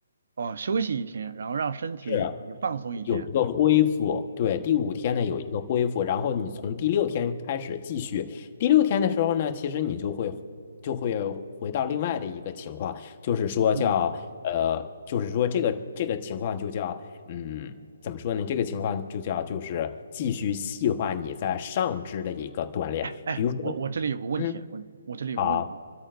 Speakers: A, on the right; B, on the left.
A: 哦，休息一天，然后让身体就是放松一天。
B: 是。有一个恢复，对，第五天呢有一个恢复，然后你从第六天开始继续。第六天的时候呢，其实你就会就会回到另外的一个情况，就是说叫呃，
A: 嗯，
B: 就是说这个这个情况就叫嗯，怎么说呢？这个情况就叫就是继续细化你在上肢的一个锻炼，
A: 哎，
B: 比如说
A: 我我这里有个问题啊，
B: 嗯。
A: 我我这里有个问题，
B: 好。